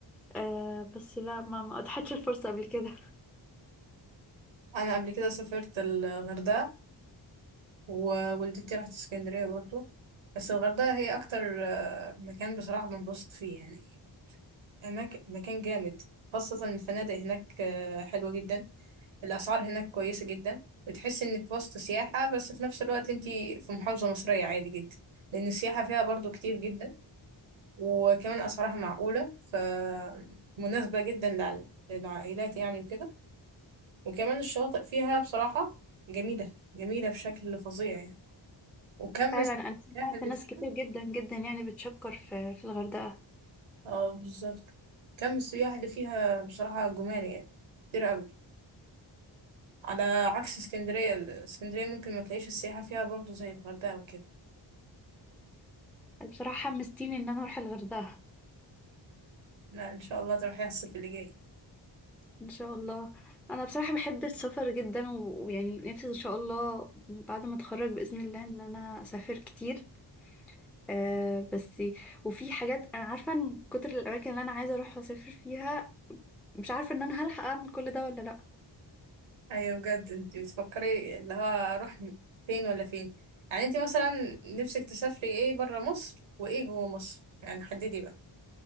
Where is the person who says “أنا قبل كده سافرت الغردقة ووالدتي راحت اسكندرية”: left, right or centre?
Right